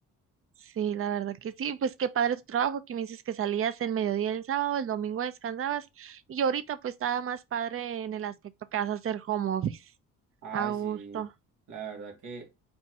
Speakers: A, on the right; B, on the right.
A: sí, la verdad que sí. Pues qué padre tu trabajo, que me dices que salías el mediodía del sábado, el domingo descansabas y ahorita pues estaba más padre en el aspecto que vas a hacer home office.
B: Ay,
A: A gusto.
B: sí, la verdad que